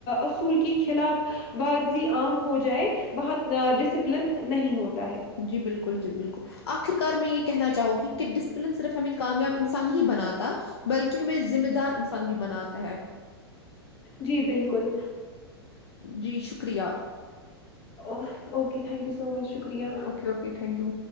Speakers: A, on the left; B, on the left.
A: اصول کی خلاف ورارضی عام ہو جائے وہاں ڈسپلن نہیں ہوتا ہے
B: جی بالکل جی بالکل آخرکار میں یہ کہنا چاہو گی کہ ڈسپلن صرف ہمیں کامیاب انسان ہی بناتا بلکہ ہمیں ذمہ دار انسان بھی بناتا ہے
A: جی بالکل
B: جی شکریہ
A: ا okay thank you so much شکریہ
B: اوکے اوکے تٹھینک یو